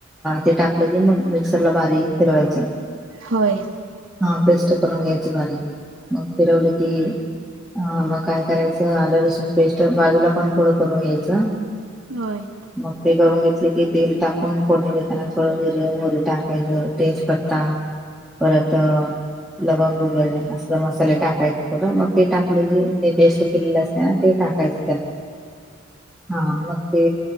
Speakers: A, in the centre; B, on the right.
A: ते टाकलं क मग मिक्सरला भारी फिरवायचं.
B: होय
A: हा बेस्ट करून घ्यायच बारीक मग फिरवलं की अ मग काय करायचं आलं लसण पेस्ट तर बाजूला पण थोडं करून घ्यायचं
B: होय.
A: मग ते करून घेतले की तेल टाकून फोडणी देताना थोडं जिरे मोरी टाकायचं तेजपत्ता
B: <inaudible>
A: परत लवंग वगैरे अस मसाले टाकायचे थोडं मग ते टाकलं जे ते पेस्ट केलेलं असते ना ते टाकायचं त्याला हा मग ते